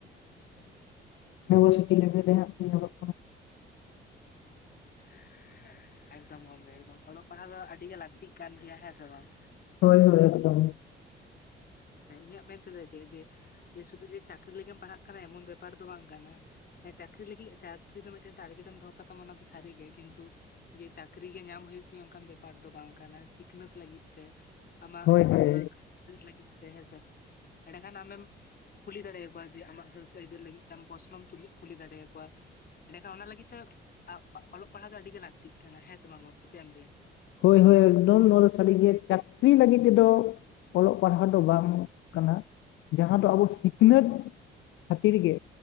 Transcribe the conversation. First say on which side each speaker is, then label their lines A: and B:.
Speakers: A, on the left; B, on the left.
A: ᱱᱮᱵᱟᱨᱥᱤᱴᱤ ᱨᱮᱜᱮ ᱞᱮ ᱦᱟᱸᱜ ᱤᱧ ᱚᱞᱚᱜ᱾
B: <unintelligible> ᱮᱠᱫᱚᱢ ᱜᱚᱝᱠᱮ ᱮᱠᱫᱚᱢ ᱚᱞᱚᱜ ᱯᱟᱲᱦᱟᱣ ᱫᱚ ᱟᱹᱰᱤ ᱜᱮ ᱞᱟᱠᱛᱤᱜ ᱠᱟᱱ ᱜᱮᱭᱟ ᱦᱮᱸ ᱥᱮ ᱵᱟᱝ᱾
A: ᱦᱳᱭ ᱦᱳᱭ ᱮᱠᱫᱚᱢ᱾
B: ᱮᱸ ᱤᱧᱟᱹᱜ ᱢᱮᱱ ᱛᱮ ᱫᱚ ᱪᱮᱜ ᱡᱮ, ᱥᱩᱫᱷᱩ ᱡᱮ ᱪᱟᱠᱨᱤ ᱞᱟᱹᱜᱤᱜ ᱮᱢ ᱯᱟᱲᱦᱟᱜ ᱠᱟᱱᱟ ᱮᱢᱚᱱ ᱵᱮᱯᱟᱨ ᱫᱚ ᱵᱟᱝ ᱠᱟᱱᱟ᱾ ᱦᱮᱸ ᱪᱟᱠᱨᱤ ᱞᱟᱹᱜᱤᱜ ᱪᱟᱠᱨᱤ ᱫᱚ ᱢᱤᱫᱴᱮᱱ ᱴᱟᱨᱜᱮᱴ ᱮᱢ ᱫᱚᱦᱚᱸ ᱠᱟᱛᱟᱢᱟ ᱚᱱᱟ ᱫᱚ ᱥᱟᱹᱨᱤ ᱜᱮ ᱠᱤᱱᱛᱩ ᱡᱮ ᱪᱟᱠᱨᱤ ᱜᱮ ᱧᱟᱢ ᱦᱩᱭᱩᱜ ᱛᱤᱧᱟ ᱚᱝᱠᱟᱱ ᱵᱮᱯᱟᱨ ᱫᱚ ᱵᱟᱝ ᱠᱟᱱᱟ ᱥᱤᱠᱷᱱᱟᱹᱛ ᱞᱟᱹᱜᱤᱫ ᱛᱮ ᱟᱢᱟᱜ
A: ᱦᱳᱭ ᱦᱳᱭ
B: ᱦᱟᱹᱠ ᱟᱹᱫᱟᱹᱭ ᱞᱟᱹᱜᱤᱫ ᱛᱮ ᱦᱮᱸ ᱥᱮ ᱮᱸᱰᱮ ᱠᱷᱟᱱ ᱟᱢ ᱮᱢ ᱠᱩᱞᱤ ᱫᱟᱲᱮ ᱭᱟ ᱠᱚᱣᱟ ᱡᱮ ᱟᱢᱟᱜ ᱦᱟᱹᱠ ᱟᱹᱭᱫᱟᱹᱨ ᱞᱟᱹᱜᱤᱫ ᱛᱮᱢ ᱯᱚᱥᱱᱚᱢ ᱛᱩᱞᱤ ᱠᱩᱞᱤ ᱫᱟᱲᱮ ᱭᱟᱠᱚᱣᱟ᱾ ᱮᱸᱰᱮᱠᱷᱟᱱ ᱚᱱᱟ ᱞᱟᱹᱜᱤᱫ ᱛᱮ, ᱟᱸ ᱚᱞᱚᱜ ᱯᱟᱲᱦᱟᱶ ᱫᱚ ᱟᱹᱰᱤ ᱜᱮ ᱞᱟᱹᱠᱛᱤᱜ ᱠᱟᱱᱟ ᱦᱮᱸ ᱥᱮ ᱵᱟᱝ ᱜᱚᱝ ᱪᱮᱜ ᱮᱢ ᱞᱮᱭᱟ?
A: ᱦᱳᱭ ᱦᱳᱭ ᱮᱠᱚᱫᱚᱢ ᱱᱚᱶᱟ ᱫᱚ ᱥᱟᱹᱨᱤᱜᱮ ᱪᱟᱹᱠᱨᱤ ᱞᱟᱹᱜᱤᱫ ᱛᱮᱫᱚ ᱚᱞᱚᱜ ᱯᱟᱲᱦᱟ ᱫᱚ ᱵᱟᱝ ᱠᱟᱱᱟ, ᱡᱟᱦᱟᱸ ᱫᱚ ᱟᱵᱚ ᱥᱤᱠᱱᱟᱹᱛ, ᱠᱷᱟᱹᱛᱤᱨ ᱜᱮ